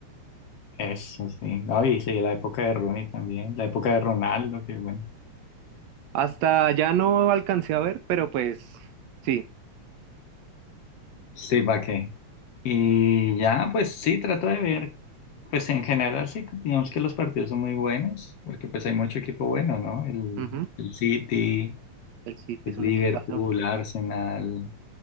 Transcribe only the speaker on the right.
Hasta ya no alcancé a ver, pero pues, sí,
ujú,
El City
es un
equipazo.